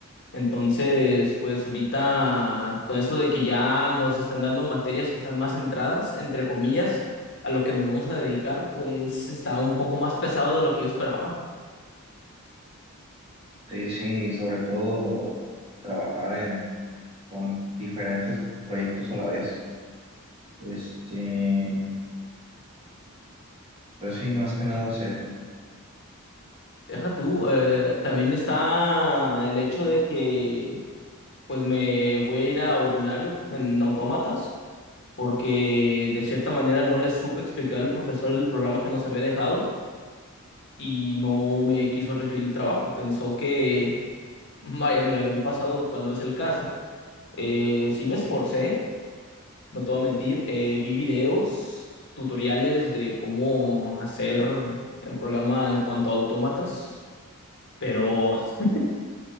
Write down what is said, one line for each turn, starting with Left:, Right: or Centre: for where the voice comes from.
Left: Entonces, pues ahorita con eso de que ya nos están dando materias que están más centradas, entre comillas, a lo que nos vamos a dedicar, pues está un poco más pesado de lo que yo esperaba.
Right: Sí, sí, y sobre todo trabajar en, con diferentes proyectos a la vez. Este, pues sí, más que nada es eso.
Left: Deja tú, eh, también está el hecho de que pues me voy a ir a ordinario en autómatas, porque de cierta manera no les supe explicar al profesor el programa que nos había dejado y no me quiso recibir el trabajo. Pensó que, <laughs> vaya, me lo habían pasado, cual no es el caso Eh, sí me esforcé, no te voy a mentir. eh, vi videos, tutoriales de cómo hacer el programa en cuanto a autómatas, pero <laughs>